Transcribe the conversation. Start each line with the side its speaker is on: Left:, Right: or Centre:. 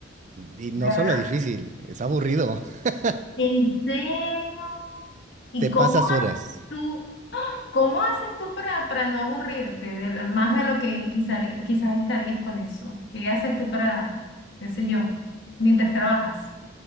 Right: Y no
Left: ¿verdad?
Right: solo difícil, es aburrido. <laughs>
Left: ¿En serio? ¿Y
Right: Te
Left: cómo
Right: pasas horas.
Left: ha- tú, cómo haces tú para, para no aburrirte de la- más de lo que quizá- quizás estarías con eso? ¿Qué haces tú para, qué sé yo, mientras trabajas?